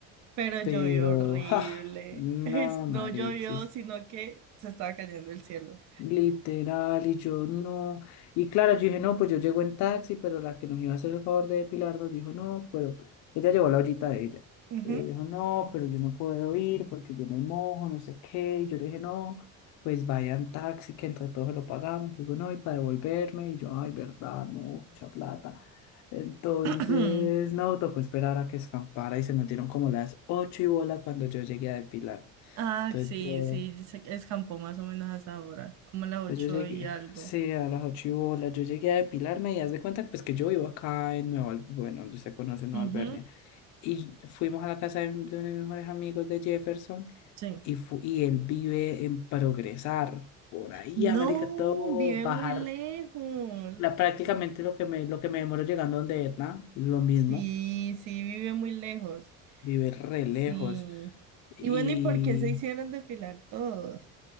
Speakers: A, on the right (about 60°); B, on the left (about 65°).
A: Pero
B: pero
A: llovió horrible.
B: <laughs> ja, no,
A: <laughs> Es-
B: Marix,
A: no llovió, sino que se estaba cayendo el cielo.
B: Literal, y yo no. Y claro, yo dije, no, pues yo llego en taxi, pero la que nos iba a hacer el favor de depilar nos dijo, no, pero ella llevó la ollita de ella.
A: Ujú.
B: Ella dijo, no, pero yo no puedo ir porque yo me mojo, no sé qué. Y yo le dije, no, pues vayan taxi, que entre todos se lo pagamos. Y digo, no, y para devolverme. Y yo, ay, verdad, no, mucha plata. Entonces,
A: <clears throat>
B: no, tocó esperar a que escampara y se metieron como las ocho y bola cuando yo llegué a depilar.
A: Ah,
B: Entonces
A: sí,
B: yo.
A: sí, se escampó más o menos a esa hora, como a las ocho
B: Pues Yo llegué,
A: y algo.
B: sí, a las ocho y bola, yo llegué a depilarme y haz de cuenta pues que yo vivo acá en Nueva, Al- bueno, usted conoce Nueva
A: Ujú,
B: Albernia, y fuimos a la casa de, de uno de mis mejores amigos de Jefferson
A: sí.
B: y, fu- y él vive en progresar, por ahí,
A: No,
B: América, todo,
A: vive
B: bajar
A: muy lejos.
B: la, prácticamente lo que me, lo que me demoro llegando donde Etna, lo mismo,
A: Sí, sí, vive muy lejos.
B: vive re
A: Sí.
B: lejos y...
A: Y bueno, ¿y por qué se hicieron depilar todos?